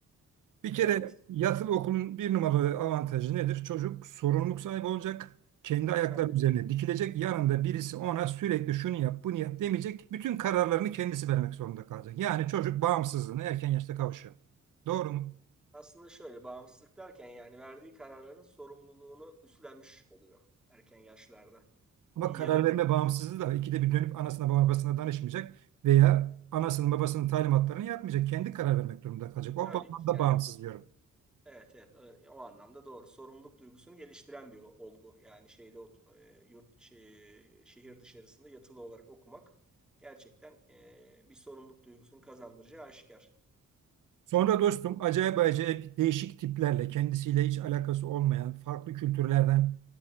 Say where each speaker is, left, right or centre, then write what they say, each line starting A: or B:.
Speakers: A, on the right; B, in the centre.
A: Bir kere
B: Evet,
A: yatılı okulun bir numaralı avantajı nedir? Çocuk sorumluluk sahibi olacak. Kendi ayakları
B: tabii.
A: üzerine dikilecek. Yanında birisi ona sürekli şunu yap, bunu yap demeyecek. Bütün kararlarını kendisi vermek zorunda kalacak. Yani çocuk bağımsızlığına erken yaşta kavuşuyor. Doğru mu?
B: Aslında şöyle bağımsızlık derken yani verdiği kararların sorumluluğunu üstlenmiş oluyor erken yaşlarda.
A: Ama
B: İyi
A: karar
B: ya da kötü.
A: verme bağımsızlığı da ikide bir dönüp anasına babasına danışmayacak veya anasının babasının talimatlarını yapmayacak. Kendi karar vermek durumunda kalacak. O
B: Tabii
A: bağlamda
B: ki yani.
A: bağımsız diyorum.
B: Evet evet e, o anlamda doğru. Sorumluluk duygusunu geliştiren bir o- olgu. Yani şeyde ot- e, yurt şey, şehir dışarısında yatılı olarak okumak gerçekten e, bir sorumluluk duygusunu kazandıracağı aşikar.
A: Sonra dostum acayip acayip değişik tiplerle kendisiyle hiç alakası olmayan farklı kültürlerden